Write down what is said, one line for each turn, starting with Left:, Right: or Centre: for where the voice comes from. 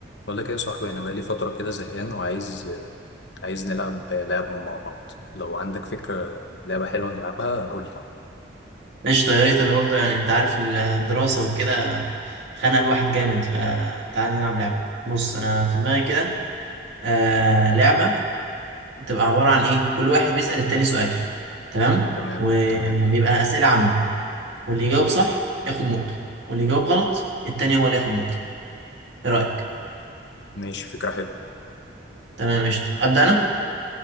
Left: بقول لك ايه يا صاحبي انا بقالي فتره كده زهقان وعايز عايز نلعب لعبه مع بعض لو عندك فكره لعبه حلوه نلعبها قول لي
Right: قشطة يا ريت أنا برضه يعني أنت عارف الدراسة وكده خانق الواحد جامد فتعال نلعب لعبة بص أنا في دماغي كده آه لعبة بتبقى عبارة عن إيه كل واحد بيسأل التاني سؤال تمام
Left: تمام
Right: ولما
Left: تمام
Right: يبقى أسئلة عامة واللي يجاوب صح ياخد نقطة واللي يجاوب غلط التاني هو اللي ياخد نقطة إيه رأيك؟
Left: ماشي فكره حلوه
Right: تمام قشطة أبدأ أنا؟